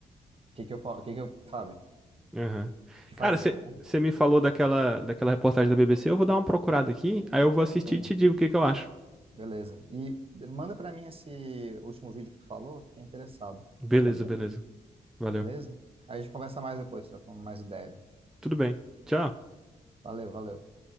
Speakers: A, on the right; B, in the centre.
A: o que que eu, po- o que que eu, sabe, o
B: Aham.
A: que
B: Cara,
A: fazer,
B: você
A: né?
B: me falou daquela daquela reportagem da BBC, eu vou dar uma procurada aqui, aí eu vou assistir
A: Sim,
B: e te digo o que que eu acho.
A: beleza. E manda pra mim esse último vídeo que tu falou, fiquei interessado
B: Beleza,
A: também.
B: beleza. Valeu.
A: beleza? Aí a gente conversa mais depois, trocamos mais ideia.
B: Tudo bem. Tchau.
A: Valeu, valeu.